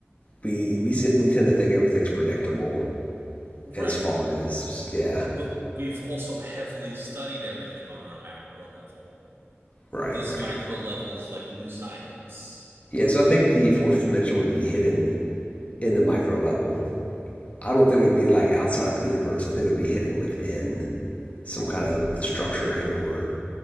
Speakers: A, on the left; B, on the right.
A: we we se- we tend to think everything's predictable
B: Right.
A: as far as yeah,
B: But we've also heavily studied everything on our macro level.
A: right,
B: This
A: right.
B: micro level is like new science.
A: Yeah, so I think the fourth dimension would be hidden in the micro level. I don't think it would be like outside of the universe. I think it would be hidden within some kind of the structuring or